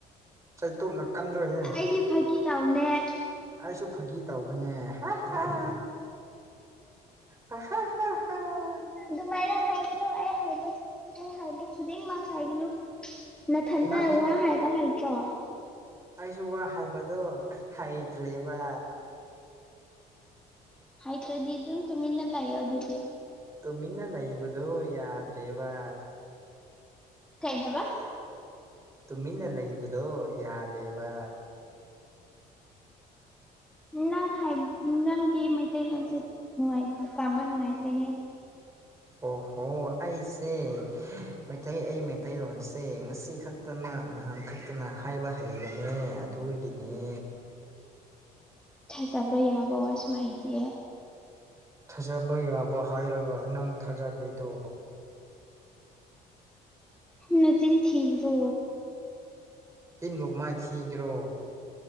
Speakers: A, on the right (about 20°); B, in the centre.
A: ꯆꯩꯇꯣꯅ ꯀꯟꯂꯣꯏꯅꯦ
B: <unintelligible> ꯇꯧꯅꯦ
A: ꯑꯩꯁꯨ ꯐꯥꯒꯤ ꯇꯧꯕꯅꯦ <unintelligible> ꯍꯍ ꯍ ꯍꯥꯥ
B: ꯑꯗꯨꯃꯥꯏꯅ ꯍꯥꯏꯒꯅꯨ ꯑꯩ ꯍꯥꯏꯕ ꯑꯩ ꯍꯥꯏꯕ ꯈꯨꯗꯤꯡꯃꯛ ꯍꯥꯏꯒꯅꯨ ꯅꯊꯟꯇ
A: ꯅꯪꯁꯨ
B: ꯋꯥ ꯍꯥꯏꯕ ꯍꯩꯇ꯭ꯔꯣ
A: ꯑꯩꯁꯨ ꯋꯥ ꯍꯥꯏꯕꯗꯣ ꯍꯩꯗꯂꯦꯕ
B: ꯍꯥꯏ ꯇ꯭ꯔꯗꯤ ꯑꯗꯨꯝ ꯇꯃꯤꯟꯅ ꯂꯥꯑꯦ ꯍꯧꯖꯤꯛꯗꯤ
A: ꯇꯨꯃꯤꯟꯅ ꯂꯩꯕꯗꯣ ꯌꯥꯗ꯭ꯔꯦꯕ
B: ꯀꯩ ꯍꯥꯏꯕ
A: ꯇꯨꯃꯤꯟꯅ ꯂꯩꯕꯗꯣ ꯌꯥꯗꯦꯕ
B: ꯅꯪ ꯅꯪꯒꯤ ꯃꯩꯇꯩꯂꯣꯟꯁꯦꯅꯨꯉꯥꯏꯇꯦ ꯇꯥꯕ ꯅꯨꯡꯉꯥꯏꯇꯦꯍꯦ
A: ꯑꯣꯍꯣ ꯑꯩꯁꯦ ꯃꯩꯇꯩ ꯑꯩ ꯃꯩꯇꯩꯂꯣꯟꯁꯦ ꯉꯁꯤꯈꯛ ꯈꯛꯇꯅ ꯅꯍꯥꯟ ꯈꯛꯇꯅ ꯍꯥꯏꯕ ꯍꯩꯔꯃꯦ ꯑꯗꯨꯒꯤꯅꯦ
B: ꯊꯥꯖꯥꯩ ꯑꯕꯧ ꯁꯍꯩꯗꯦ
A: ꯊꯥꯖꯕ ꯌꯥꯕ ꯍꯥꯏꯔꯒ ꯅꯪ ꯊꯥꯖꯗꯦꯗꯣ
B: ꯅꯆꯤꯟ ꯊꯤꯕꯗꯣ
A: ꯇꯤꯟꯃꯛ ꯃꯥꯏ ꯊꯤꯒ꯭ꯔꯣ